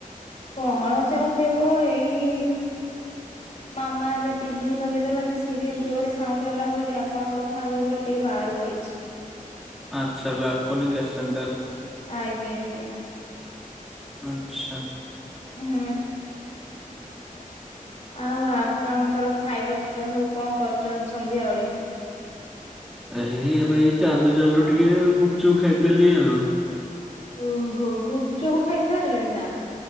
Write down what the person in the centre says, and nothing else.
ଆଚ୍ଛା ବ୍ୟାଲକୋନିକି ଆସଛନ୍ତି ତାହେଲେ?
ଆଚ୍ଛା।
ଏଇ ଏବେ ଏଇ ଚାଲୁ ଚାଲୁ ଟିକେ ଆଉ ଗୁପଚୁପ ଖାଇଦେଲି ଆଉ।